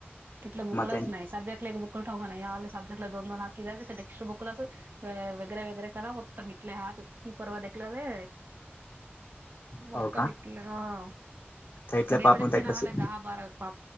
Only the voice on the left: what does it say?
आहे.
हो का
त्या इथल्या
पापून
त्या कशी